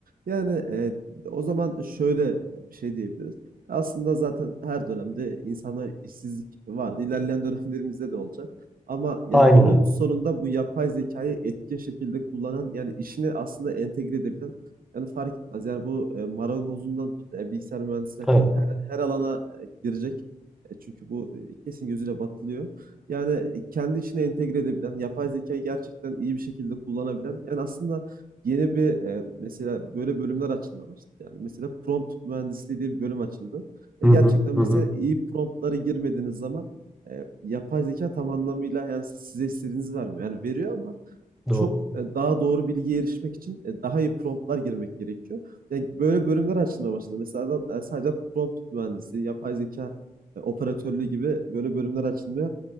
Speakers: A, on the right; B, in the centre.
A: Yani e, o zaman şöyle yani bir şey diyebiliriz. Aslında zaten her dönemde insanlar işsizlik vardı. İlerleyen <laughs> dönemlerimizde de olacak. Ama yani
B: Aynen
A: günün
B: öyle.
A: sonunda bu yapay zekayı etkin şekilde kullanan yani işini aslında entegre edebilen yani fark etmez. Yani bu e, marangozundan tut e, bilgisayar mühendisine kadar
B: Evet.
A: her, her alana e, girecek. E, çünkü bu e, kesin gözüyle bakılıyor. Yani e, kendi içine entegre edebilen, yapay zekayı gerçekten iyi bir şekilde kullanabilen, yani aslında yeni bir e, mesela böyle bölümler açılmaya başladı. Yani mesela prompt mühendisliği diye bir bölüm açıldı. E,
B: Hı
A: gerçekten
B: hı, hı
A: mesela
B: hı.
A: iyi promptları girmediğiniz zaman e, yapay zeka tam anlamıyla yani size istediğinizi vermiyor. Yani veriyor ama
B: Doğru.
A: çok e, daha doğru bilgiye erişmek için e, daha iyi promptlar girmek gerekiyor. Yani böyle bölümler açılmaya başladı. Mesela adam, e, sadece prompt mühendisi, yapay zeka e, operatörlüğü gibi böyle bölümler açılmaya